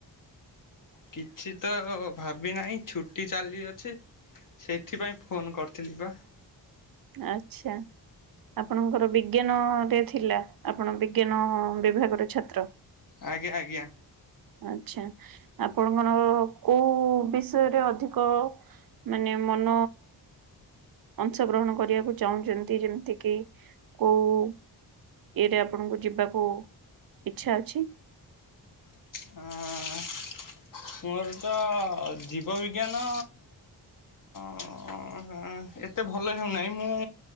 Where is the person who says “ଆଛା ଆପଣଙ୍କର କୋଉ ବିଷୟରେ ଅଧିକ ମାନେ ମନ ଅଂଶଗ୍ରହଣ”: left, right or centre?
Right